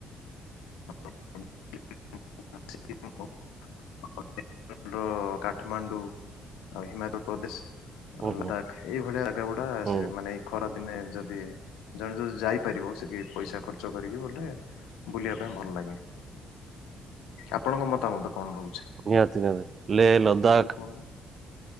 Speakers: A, on the left; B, on the right.
A: <unintelligible> <unintelligible> କାଠମାଣ୍ଡୁ ଆଉ ହିମାଚଳ ପ୍ରଦେଶ।
B: ହୁଁ
A: ଲଦାଖ୍,
B: ହୁଁ
A: ଏଇଭଳିଆ ଜାଗା ଗୁଡା
B: ହୁଁ
A: ସେ ମାନେ ଏଇ ଖରା ଦିନେ ଯଦି ଜଣେ ଯଦି ଯାଇପାରିବ, ସେଟି ଯାଇ ପଇସା ଖର୍ଚ୍ଚ କରିକି ବୋଲେ ବୁଲିବା ପାଇଁ ଭଲ ଲାଗେ, ଆପଣଙ୍କ ମତାମତ କଣ ରହୁଚି?
B: ନିହାତି ନିହାତି ଲେହ, ଲଦାଖ
A: କୁହନ୍ତୁ